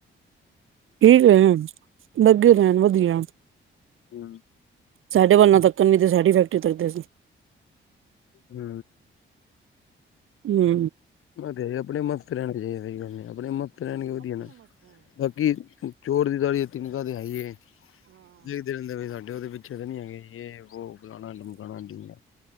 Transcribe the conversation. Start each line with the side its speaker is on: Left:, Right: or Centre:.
Right: ਠੀਕ ਐ ਲੱਗੇ ਰਹਿਣ ਵਧੀਆ।
Left: ਹੂੰ।
Right: ਸਾਡੇ ਵੱਲਣਾ ਤੱਕਣ ਨਹੀਂ ਤੇ ਸਾਡੀ ਫੈਕਟਰੀ ਤੱਕਦੇ ਸੀ।
Left: ਹੂੰ।
Right: ਹੂੰ।
Left: ਮ ਤੇ ਆਪਣੇ ਮੱਸਤ ਰਹਿਣ ਜੇਹੀੱਲ ਆਪਣੇ ਮ <inaudible> ਰਹਿਣਗੇ ਵਧੀਆ ਨਾ ਬਾਕੀ ਚੋਰ ਦੀ ਦਾੜੀ ਮੇ ਤਿੰਨਕਾ ਹੈਈ ਏ ਦੇਖਦੇ ਰਹਿੰਦੇ ਸਾਡੇ ਉਹਦੇ ਵਿੱਚ ਅੱਛੇ ਤਾਂ ਨਹੀਂ ਹੈ ਗ ਯੇ ਵੋ। ਡਕਾਣਾ ਡਮਕਾਉਣਾ <inaudible> ਡਮਣਾ